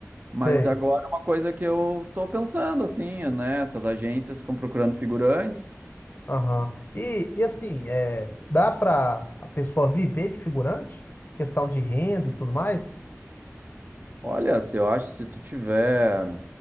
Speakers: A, on the right (about 35°); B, on the left (about 40°).
A: Mas
B: sei.
A: agora é uma coisa que eu tô pensando, assim, né? Essas agências ficam procurando figurantes.
B: Aham. E, e assim, é, dá para a pessoa viver de figurante? Questão de renda e tudo mais?
A: Olha, se eu acho, se tu tiver